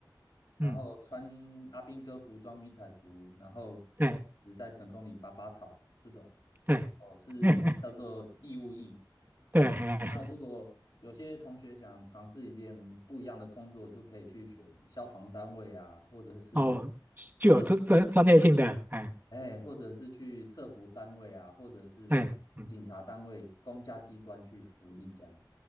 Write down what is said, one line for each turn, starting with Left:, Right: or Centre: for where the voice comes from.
Left: 然后穿阿兵哥服装、
Right: 嗯，
Left: 迷彩服，然后
Right: 对
Left: 只在成功里拔拔草这种，
Right: 对，
Left: 哦，是叫做义务役。
Right: <laughs> 对，
Left: 对，
Right: 哎，
Left: 那如果有些同学想尝试一点不一样的工作，就可以去选消防单位啊，或者是
Right: 哦，具有专专专业性的，
Left: 社，
Right: 哎，
Left: 哎，或者是去社服单位啊，或者是警察单位、
Right: 对，嗯
Left: 公家机关去服役这样。